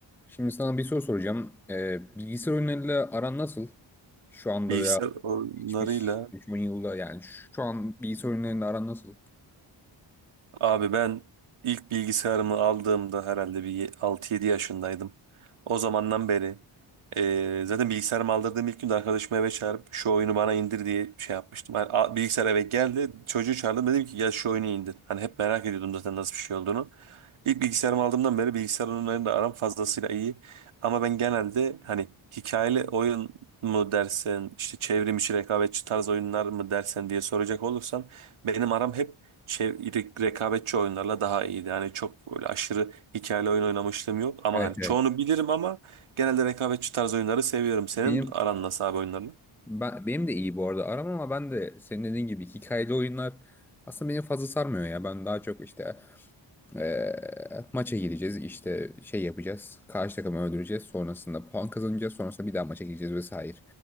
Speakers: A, in the centre; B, on the right.
A: Şimdi sana bir soru soracağım. Ee, bilgisayar oyunlarıyla aran nasıl? Şu anda
B: Bilgisayar
A: veya
B: oyunlarıyla
A: geçmiş 3-10 yılda yani şu şu an bilgisayar oyunlarıyla aran nasıl?
B: abi ben ilk bilgisayarımı aldığımda herhalde bir ye- 6-7 yaşındaydım. O zamandan beri e, zaten bilgisayarımı aldırdığım ilk günde arkadaşımı eve çağırıp şu oyunu bana indir diye şey yapmıştım. Hani, a- bilgisayar eve geldi çocuğu çağırdım dedim ki gel şu oyunu indir. Hani hep merak ediyordum zaten nasıl bir şey olduğunu. İlk bilgisayarımı aldığımdan beri bilgisayar oyunlarıyla aram fazlasıyla iyi. Ama ben genelde hani hikayeli oyun mu dersen, işte çevrim içi rekabetçi tarz oyunlar mı dersen diye soracak olursan benim aram hep çev- rekabetçi oyunlarla daha iyiydi. Yani çok böyle aşırı hikayeli oyun oynamışlığım yok ama
A: Evet
B: hani
A: evet.
B: çoğunu bilirim ama genelde rekabetçi tarz oyunları seviyorum. Senin
A: Benim
B: aran nasıl abi oyunlarla?
A: ben, benim de iyi bu arada aram ama ben de senin dediğin gibi hikayeli oyunlar aslında beni fazla sarmıyor ya. Ben daha çok işte ee, maça gireceğiz işte şey yapacağız. Karşı takımı öldüreceğiz. Sonrasında puan kazanacağız. Sonrasında bir daha maça gireceğiz vesaire.